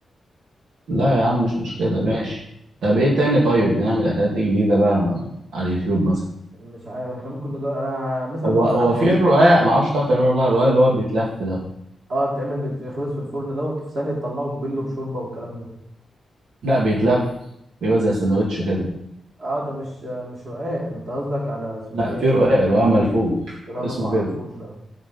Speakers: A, on the right (about 80°); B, on the right (about 45°).
A: لا يا عم مش مشكلة ماشي طب ايه تاني طيب بنعمل اكلات ايه جديدة بقى على اليوتيوب مثلا
B: مش عارف احنا ممكن نجرب انا مثلا
A: هو هو
B: احسن
A: في الرقاق ما اعرفش تعرف تعمله ولا لا الرقاق اللي هو بيتلف ده
B: اه بتعمل بتخبز في الفرن دوت في ثانيه تطلعه تبله بشوربه والكلام ده
A: لا بيتلف بيبقى زي سندوتش كده
B: اه ده مش مش رقاق انت قصدك على اسمه
A: لا
B: ايه
A: في
B: اللي
A: رقاق
B: هو
A: رقاق ملفوف
B: ده ما
A: اسمه
B: ما اعرفوش
A: كده
B: ده